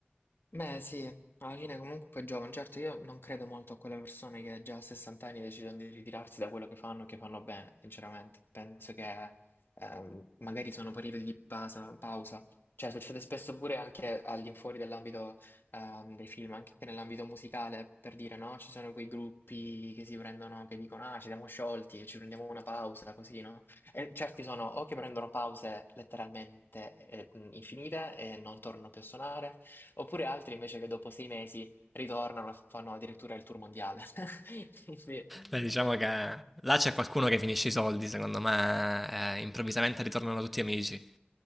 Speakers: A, on the left; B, in the centre.
A: Beh sì, alla fine comunque è giovane, certo io non credo molto a quelle persone che già a 60 anni decidono di ritirarsi da quello che fanno e che fanno bene, sinceramente. Penso che ehm, magari sono periodi di pausa, pausa. Cioè succede spesso pure anche all'infuori dell'ambito ehm, dei film, anche nell'ambito musicale, per dire no, ci sono quei gruppi che si prendono, che dicono ah ci siamo sciolti e ci prendiamo una pausa, così no? E certi sono o che prendono pause letteralmente eh, infinite e non tornano più a suonare, Oppure altri invece che dopo sei mesi ritornano e fanno addirittura il tour mondiale. <laughs> Quindi,
B: Beh, diciamo
A: eh,
B: che là c'è qualcuno che finisce i soldi, secondo me, eh, improvvisamente ritornano tutti amici.